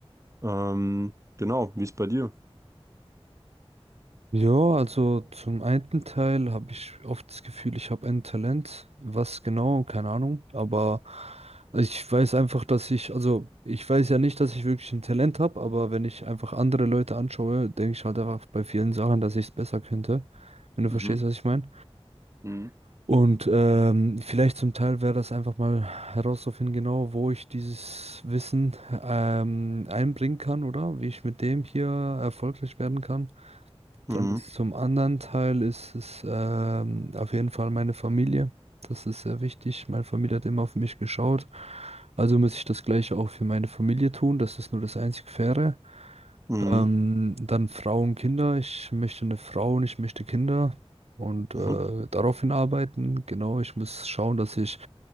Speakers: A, on the right; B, on the right.
A: Ähm, genau, wie ist bei dir?
B: Ja, also zum einen Teil habe ich oft das Gefühl, ich habe ein Talent. Was genau, keine Ahnung. Aber ich weiß einfach, dass ich, also ich weiß ja nicht, dass ich wirklich ein Talent habe, aber wenn ich einfach andere Leute anschaue, denke ich halt einfach bei vielen Sachen, dass ich es besser könnte. Wenn du verstehst,
A: Mhm.
B: was ich meine.
A: Mhm.
B: Und ähm, vielleicht zum Teil wäre das einfach mal herauszufinden, genau wo ich dieses Wissen ähm, einbringen kann, oder wie ich mit dem hier erfolgreich werden kann. Dann
A: Mhm.
B: ist zum anderen Teil ist es ähm, auf jeden Fall meine Familie. Das ist sehr wichtig. Meine Familie hat immer auf mich geschaut. Also muss ich das Gleiche auch für meine Familie tun. Das ist nur das einzig Faire.
A: Mhm.
B: Ähm, dann Frauen, Kinder. Ich möchte eine Frau und ich möchte Kinder und
A: Mhm.
B: äh, daraufhin arbeiten. Genau, ich muss schauen, dass ich